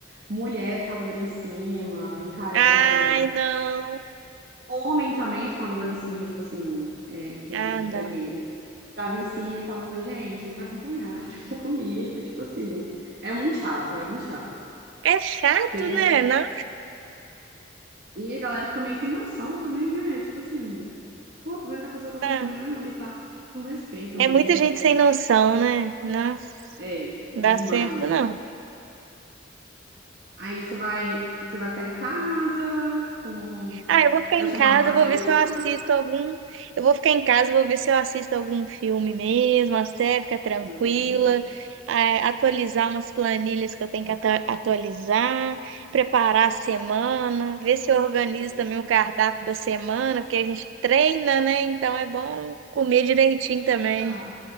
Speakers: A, on the right (about 55°); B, on the right (about 80°).
A: mulher ficava dando em cima, encarando.
B: Ai, não.
A: Homem também ficava dando em cima, tipo assim, é, quem
B: Ah,
A: era, que
B: não.
A: era gay, né? Dava em cima e tal. Eu falei, gente, ele tá acompanhado, <laughs> ele tá comigo. Tipo assim, é muito chato, é muito chato.
B: É chato,
A: Porque ele
B: né?
A: era...
B: Não,
A: E a galera fica meio sem noção também, né? Tipo assim, pô, tô vendo que a pessoa tá acompanhada
B: não.
A: e tal, mas não respeita
B: É
A: muito.
B: muita gente sem noção, né? Não,
A: É, demais.
B: dá certo, não.
A: Aí você vai, você vai ficar em casa com.
B: Ah, eu vou ficar
A: Vai
B: em
A: chamar
B: casa,
A: uma
B: eu
A: amiga.
B: vou ver se eu assisto algum. Eu vou ficar em casa, vou ver se eu assisto algum filme mesmo, a série, ficar tranquila,
A: Tá bom.
B: eh, atualizar umas planilhas que eu tenho que ata- atualizar, preparar a semana, ver se eu organizo
A: Isso.
B: também o cardápio da semana, porque a gente treina, né? Então é bom comer direitinho
A: Menina,
B: também.